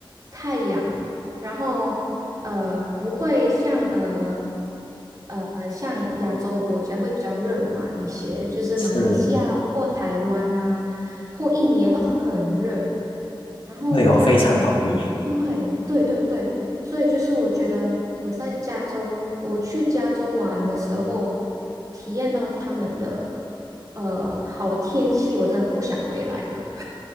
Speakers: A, on the right; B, on the left.
A: 太阳，然后呃不会像呃。呃，像亚洲国家会比较热嘛，一些就是马来西亚或台湾呐、
B: <laughs> 是，
A: 或一年都很热。然后我觉得加州的
B: 对，我非常同意。
A: 对对对对，所以就是我觉得我在加州，我去加州玩的时候，体验到他们的呃好天气，我真的不想回来了。